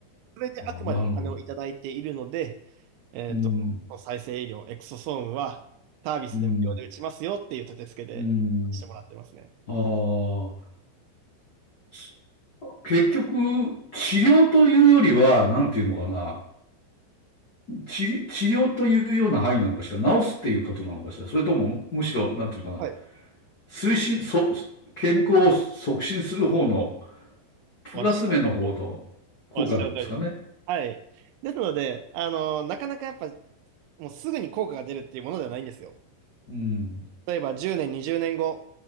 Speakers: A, on the right; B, on the left.
A: それであくまでお金をいただいているので、
B: あ、なるほど。
A: えっと、
B: うん、
A: 再生医療、エクソソームはサービスで無料で打ちますよっていう立て付けでしてもらってますね。
B: うん、うん、ああ、す結局、治療というよりは、なんていうのかな、治、治療というような範囲なのかしら、治すっていうことなのかしら、それとも、むしろ、なんていうのかな、
A: はい。
B: 推進、そ、健康を促進する方の、プラス面の方の効果なんですかね。
A: お待ちしてる通りです。お待ちしてる通りです。はい。ですので、あの、なかなかやっぱ、もうすぐに効果が出るっていうものではないんですよ。
B: うん、
A: 例えば10年、20年後、